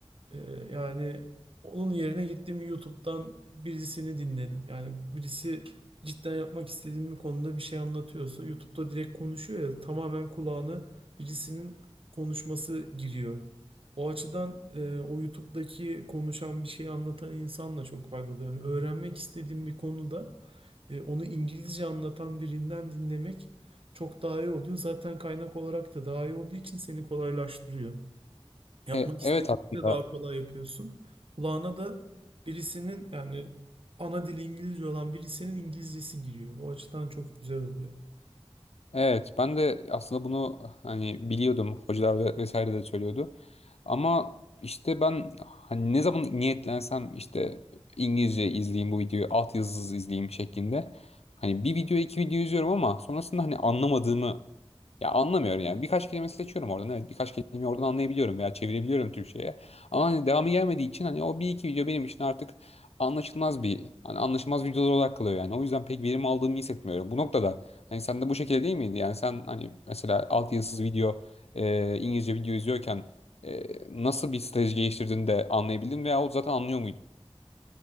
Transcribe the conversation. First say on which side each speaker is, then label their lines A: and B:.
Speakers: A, on the right; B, on the left.
A: Ee, yani onun yerine gittim YouTube'dan birisini dinledim. Yani birisi cidden yapmak istediğim bir konuda bir şey anlatıyorsa YouTube'da direkt konuşuyor ya tamamen kulağına birisinin konuşması giriyor. O açıdan e, o YouTube'daki konuşan bir şey anlatan insanla çok faydalı. Yani öğrenmek istediğim bir konuda e, onu İngilizce anlatan birinden dinlemek çok daha iyi oluyor. Zaten kaynak olarak da daha iyi olduğu için seni kolaylaştırıyor. Yapmak
B: E,
A: istediğinde
B: evet aslında
A: daha kolay yapıyorsun. Kulağına da birisinin yani ana dili İngilizce olan birisinin İngilizcesi giriyor. O açıdan çok güzel oluyor.
B: Evet, ben de aslında bunu hani biliyordum. Hocalar ve vesaire de söylüyordu. Ama işte ben hani ne zaman niyetlensem işte İngilizce izleyeyim bu videoyu, altyazısız izleyeyim şeklinde. Hani bir video iki video izliyorum ama sonrasında hani anlamadığımı ya anlamıyorum yani. Birkaç kelime seçiyorum oradan. Evet, birkaç kelimeyi oradan anlayabiliyorum veya çevirebiliyorum Türkçe'ye. Ama hani devamı gelmediği için hani o bir iki video benim için artık anlaşılmaz bir hani anlaşılmaz videolar olarak kalıyor yani. O yüzden pek verim aldığımı hissetmiyorum. Bu noktada Hani sen de bu şekilde değil miydi? Yani sen hani mesela altyazısız video, e, İngilizce video izliyorken e, nasıl bir strateji geliştirdiğini de anlayabildin veya o zaten anlıyor muydun?